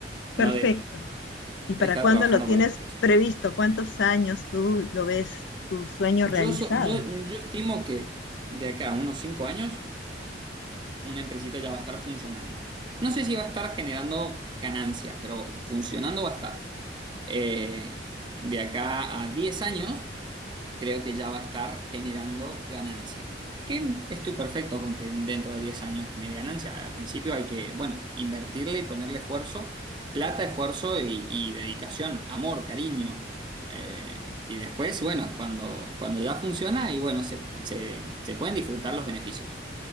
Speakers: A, on the left; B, on the right.
A: Perfecto.
B: no de
A: ¿Y para
B: estar
A: cuándo
B: trabajando
A: lo tienes
B: para otras personas.
A: previsto? ¿Cuántos años tú lo ves tu sueño
B: Yo,
A: realizado?
B: so- yo, yo estimo que de acá a unos cinco años una empresita ya va a estar funcionando. No sé si va a estar generando ganancia, pero funcionando va a estar. Eh, de acá a 10 años, creo que ya va a estar generando ganancia. Que estoy perfecto con que dentro de 10 años genere ganancia. Al principio hay que, bueno, invertirle y ponerle esfuerzo, plata, esfuerzo y, y dedicación, amor, cariño. Eh, y después, bueno, cuando, cuando ya funciona y bueno, se se- se pueden disfrutar los beneficios.